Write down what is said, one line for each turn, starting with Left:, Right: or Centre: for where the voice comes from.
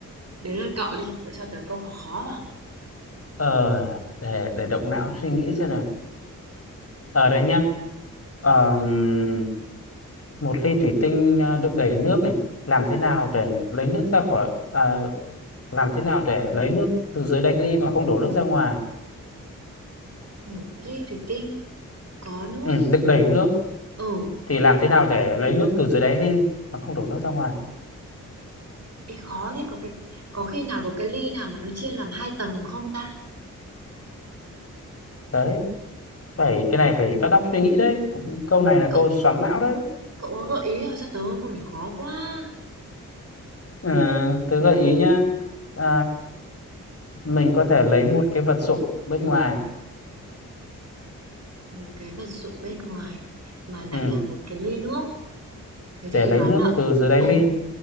Right: Đến lượt cậu đi, cậu cho tớ câu khó khó vào.
Left: ờ để để động não suy nghĩ xem ở đây nhá Ờm, một ly thủy tinh à, đựng đầy nước này làm thế nào để lấy nước ra khỏi à, làm thế nào để lấy nước từ dưới đáy ly mà không đổ nước ra ngoài
Right: Một ly thủy tinh có nước.
Left: ừ, đựng đầy nước
Right: Ừ,
Left: thì làm thế nào để lấy nước từ dưới đáy ly mà không đổ nước ra ngoài
Right: ê khó thế có cái có khi nào có cái ly nào mà nó chia làm hai tầng không ta?
Left: đấy phải cái này phải bắt óc suy nghĩ đấy cũng câu này là
Right: Cậu
Left: câu xoắn não đấy
Right: cậu có gợi ý nào cho tớ không? còn để khó quá.
Left: ừ, tớ gợi ý nhá à, mình có thể lấy một cái vật dụng bên ngoài
Right: Một cái vật dụng bên ngoài mà lại
Left: ừ,
Right: là một cái ly nước. Thế
Left: để
Right: thì tôi
Left: lấy
Right: đoán
Left: nước
Right: là
Left: từ dưới đáy
Right: Ồ,
Left: ly